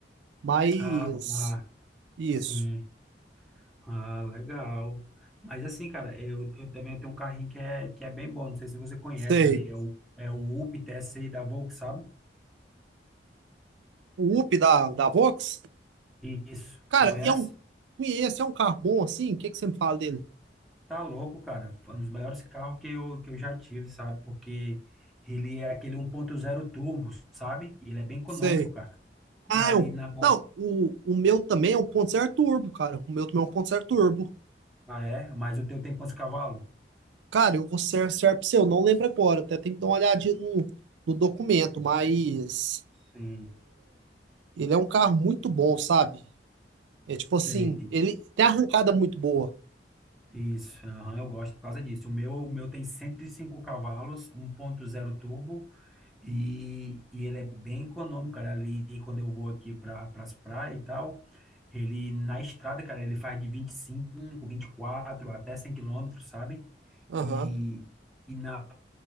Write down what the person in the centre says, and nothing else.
Ah, tá.
Sim. Ah, legal. Mas assim, cara, eu, eu também tenho um carrinho que é, que é bem bom. Não sei se você conhece
ali, é o, é o Up T TSI da Volks, sabe?
Isso.
Você conhece?
Tá louco, cara. Foi um dos maiores carros que eu, que eu já tive, sabe? Porque ele é aquele um ponto zero turbo, sabe? E ele é bem econômico,
cara.
Na- Ali
na.
Ah, é? Mas o teu tem quantos cavalos?
Sim,
sei.
Isso. Aham, eu gosto por causa disso. O meu, o meu tem 105 cavalos, um ponto zero turbo. E, e ele é bem econômico, cara. Ali, quando eu vou aqui para as praias e tal. Ele na estrada, cara, ele faz de 25, quatro até 100 quilômetros, sabe?
E, e na,